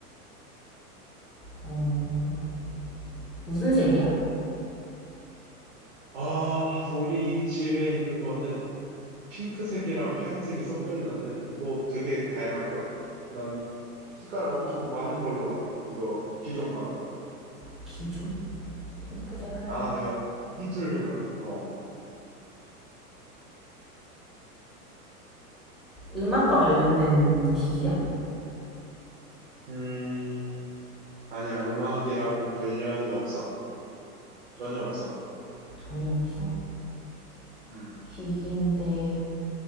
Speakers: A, in the centre; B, on the right.
A: 어, 무슨 색이야?
B: 아, 우리 집에 있는 거는 핑크색이랑 하얀색이 섞여 있는데, 이거 되게 다양할걸? 난 색깔 엄청 많은 걸로 알아. 이거 기종마다.
A: 기준? 핑크색 한
B: 아, 내가 힌트를 줘버렸네. 어.
A: 음악과 관련된 기기야?
B: 음, 아니야. 음악이랑은 관련이 없어. 전혀 없어.
A: 전혀 없어.
B: 음.
A: 기기인데